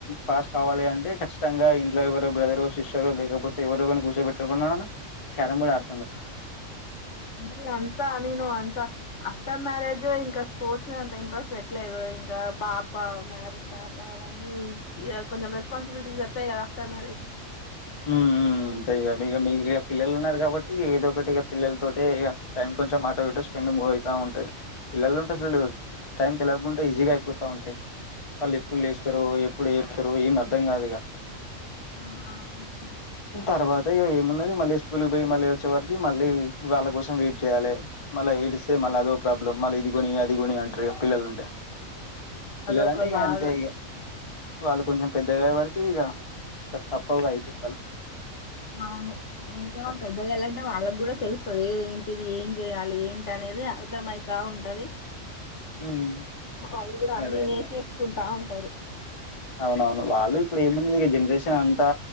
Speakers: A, on the left; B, on the left.
A: పాస్ కావాలి అంటే ఖచ్చితంగా ఇంట్లో ఎవరో బ్రదరో సిస్టరో లేకపోతే ఎవరువరిని కూసో పెట్టుకున్న క్యారం బోర్డ్ ఆడు
B: అను అంటె అంత నేను అంత అస్తమ మ్యారేజ్ ఇంకా స్పోర్ట్స్ మీద అంత ఇంట్రెస్ట్ పెట్టలేదు ఇంకా పాప పాప మ్యారేజ్ పాప అవన్నీ ఇగ కొంచెం రెస్పాన్సిబిలిటీస్ వత్తాయి కదా ఆఫ్టర్ మ్యారేజ్
A: హ్మ్ మ్మ్ అంతే ఇగ మీగ మీకు రేపు పిల్లలు ఉన్నారు కాబట్టి ఏదో ఒకటిగ పిల్లలతోటె ఇగ టైం కొంచెం ఆటో ఇటో స్పెండ్ మూవ్ అయితా ఉంటది పిల్లలు ఉంటే అసలు టైం తెలియకుండా ఈజీగా అయిపోతా ఉంటయి వాళ్ళు ఎప్పుడు లేస్తారో ఎప్ ఎప్పుడు ఏడుత్తరో ఏం అర్థం కాదిగా
B: ఆ ఆహా ఓ <unintelligible>
A: తర్వాత ఇగ ఏమున్నది మళ్ళీ స్కూల్ పోయి మళ్ళీ వచ్చే వరికి మళ్ళీ వాళ్ళ కోసం వెయిట్ చేయాలే మళ్ళ ఏడిస్తే మల్ల అదో ప్రాబ్లమ్ మళ్ళ ఇది గొని అది గోని అంటారు ఇగా పిల్లలు ఉంటే పిల్లలంటే
B: అదొక
A: ఇగ
B: బాధ
A: అంతే ఇగ వాళ్ళు కొంచెం పెద్దగయ్యే వరికి ఇగ తప్పవుగా యి తిప్పాలు
B: అవును ఇంకా పెద్దగా ఐయ్యిళ్ళు అంటే వాళ్ళకి కూడా తెలుస్తది ఏది ఏంటి ఇది ఏం చెయాలి ఏంటి అనేదే అర్థం అయితా ఉంటది
A: ఉమ్
B: వాళ్ళు కూడా అన్ని
A: అదే
B: నేర్చేసుకుంటా ఉంటరు
A: అవునవును వాళ్ళు ఇప్పుడు ఏమున్నది జనరేషన్ అంతా